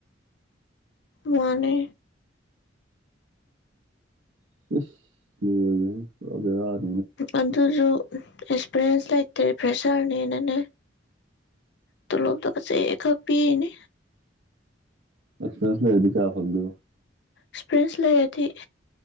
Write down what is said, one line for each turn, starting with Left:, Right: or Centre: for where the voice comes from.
Left: ꯃꯥꯅꯦ
Right: ꯦ
Left: ꯑꯗꯨꯗꯁꯨ ꯑꯦꯛꯁꯄꯤꯤꯔꯤꯌꯦꯟꯁ ꯂꯥꯏꯇꯦ ꯄ꯭ꯔꯦꯁꯔꯅꯦꯅꯅꯦ ꯇ ꯂꯣꯗ ꯀꯁ ꯑꯦ ꯄꯤꯅꯦ
Right: ꯑꯦꯛꯁꯄꯤꯁ ꯂꯩꯗꯤ ꯀꯌꯥ ꯐꯦꯣ
Left: ꯑꯦꯛꯁꯄꯔꯤꯌꯦꯟꯁ ꯂꯩꯔꯗꯤ